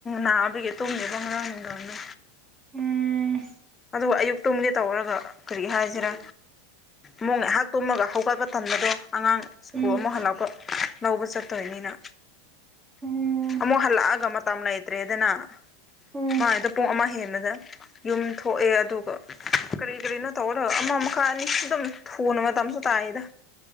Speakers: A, on the left (about 20°); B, on the right (about 25°).
A: ꯅꯥꯕꯒꯤ ꯇꯨꯝꯗꯕ ꯉꯔꯥꯡ ꯅꯨꯡꯗꯥꯡꯗꯣ
B: ꯎꯝ
A: ꯑꯗꯨꯒ ꯑꯌꯨꯛꯇꯨꯝꯒꯦ ꯇꯧꯔꯒ ꯀꯔꯤ ꯍꯥꯏꯁꯤꯔꯥ ꯃꯨꯛ ꯉꯥꯏꯍꯥꯛ ꯇꯨꯝꯃꯒ ꯍꯧꯒꯠꯄ ꯇꯟꯕꯗꯣ ꯑꯉꯥꯡ ꯁ꯭ꯀꯨꯜ
B: ꯎꯝ
A: ꯑꯃꯨꯛ ꯍꯜꯂꯛꯄ ꯂꯧꯕ ꯆꯠꯇꯣꯏꯅꯤꯅ
B: ꯎꯝ
A: ꯑꯃꯨꯛ ꯍꯜꯂꯛꯑꯒ ꯃꯇꯝ ꯂꯩꯇ꯭ꯔꯦꯗꯅ
B: ꯎꯝ
A: ꯃꯥꯏꯗꯣ ꯄꯨꯡ ꯑꯃ ꯍꯦꯟꯕꯗ ꯌꯨꯝ ꯊꯣꯛꯑꯦ ꯑꯗꯨꯒ ꯀꯔꯤ ꯀꯔꯤꯅꯣ ꯇꯧꯒꯗꯕ ꯑꯃ ꯃꯈꯥ ꯑꯅꯤ ꯑꯗꯨꯝ ꯊꯨꯅ ꯃꯇꯝꯁꯨ ꯇꯥꯏꯌꯦꯗ